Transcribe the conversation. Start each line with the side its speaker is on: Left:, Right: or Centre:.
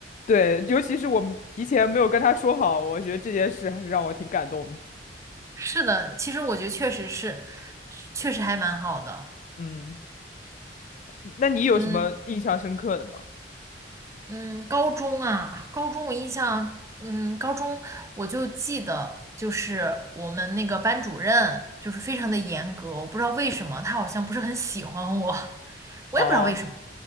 Left: 对，尤其是我们提前没有跟他说好，我觉得这件事还是让我挺感动的。
Right: 是的，其实我觉得确实是，确实还蛮好的。
Left: 嗯，那你有什么印象深刻的吗？
Right: 嗯嗯，高中啊，高中我印象，嗯，高中我就记得，就是我们那个班主任就是非常的严格，我不知道为什么，他好像不是很喜欢我，<laughs> 我也不知道为什么。
Left: 哦